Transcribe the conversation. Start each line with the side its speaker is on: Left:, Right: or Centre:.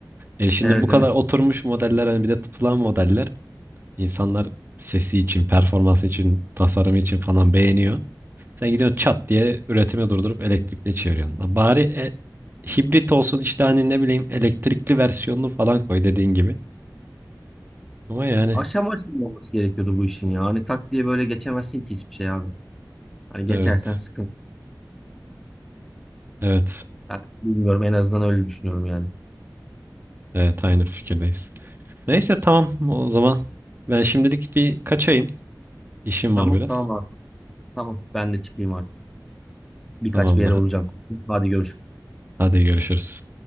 Right: E, şimdi
Centre: Evet
Right: bu kadar
Centre: evet.
Right: oturmuş modeller hani bir de tutulan modeller. İnsanlar sesi için, performansı için, tasarımı için falan beğeniyor. Sen gidiyorsun çat diye üretimi durdurup elektrikli çeviriyorsun. Lan Bari e, hibrit olsun işte hani ne bileyim elektrikli versiyonunu falan koy dediğin gibi. Ama yani
Centre: Aşama aşama olması gerekiyordu bu işin ya. Hani tak diye böyle geçemezsin ki hiçbir şey abi. Hani geçersen
Right: evet.
Centre: sıkıntı.
Right: Evet.
Centre: Ben bilmiyorum en azından öyle düşünüyorum yani.
Right: Evet aynı fikirdeyiz. Neyse tamam o zaman ben şimdilik bir kaçayım. İşim
Centre: Tamam
Right: var biraz.
Centre: tamam abi. Tamam ben de çıkayım artık. Birkaç
Right: Tamamdır.
Centre: bir yere olacağım. çünkü. Hadi görüşürüz.
Right: Hadi görüşürüz.